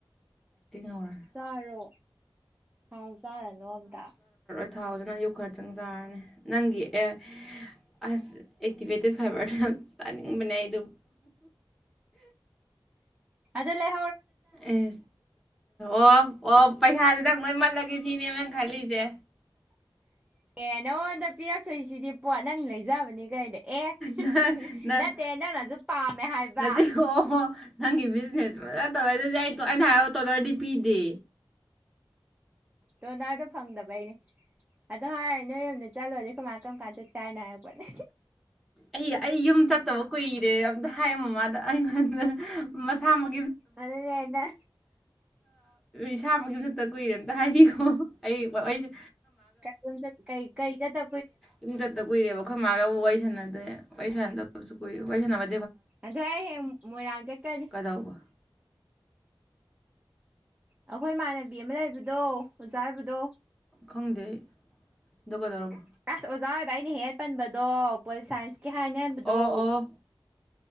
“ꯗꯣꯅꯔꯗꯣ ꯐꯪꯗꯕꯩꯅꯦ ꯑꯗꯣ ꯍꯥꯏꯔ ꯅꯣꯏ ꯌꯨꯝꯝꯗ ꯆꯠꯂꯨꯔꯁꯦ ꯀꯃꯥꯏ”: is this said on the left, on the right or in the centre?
Right